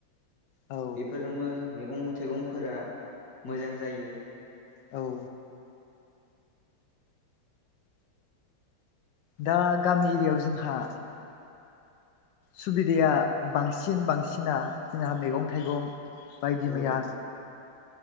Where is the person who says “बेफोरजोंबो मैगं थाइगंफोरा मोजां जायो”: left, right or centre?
Left